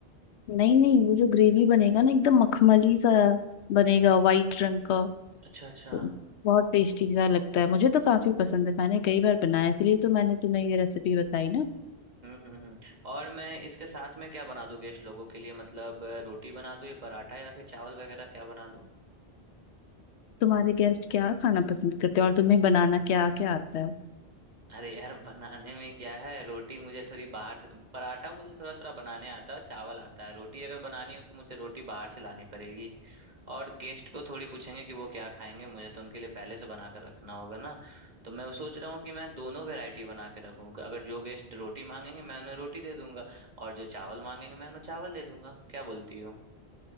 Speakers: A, on the left; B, on the right.
A: नहीं नहीं वो जो ग्रेवी बनेगा ना एकदम मखमली सा बनेगा वाइट रंग का
B: अच्छा अच्छा
A: तो बहुत टेस्टी सा लगता है मुझे तो काफी पसंद है मैंने कई बार बनाया इसलिए तो मैंने तुम्हें ये रेसिपी बताई ना
B: हम्म हम्म हम्म और मैं इसके साथ में क्या बना दूं गेस्ट लोगों के लिए मतलब अ, रोटी बना दूं या पराठा या फिर चावल वगैरह क्या बना
A: तुम्हारे गेस्ट क्या खाना पसंद करते हैं और तुम्हें बनाना क्या क्या आता है
B: अरे यार बनाने में क्या है रोटी मुझे थोड़ी बाहर से पराठा मुझे थोड़ा थोड़ा बनाने आता है चावल आता है रोटी अगर बनानी हो तो मुझे रोटी बाहर से लानी पड़ेगी और गेस्ट को थोड़ी पूछेंगे कि वो क्या खाएंगे मुझे तो उनके लिए पहले से बना कर रखना होगा ना तो मैं सोच रहा हूँ कि मैं दोनों वैरायटी बना के रखूंगा अगर जो गेस्ट रोटी मांगेंगे मैं उन्हें रोटी दे दूंगा और जो चावल मांगेंगे मैं उन्हें चावल दे दूंगा क्या बोलती हो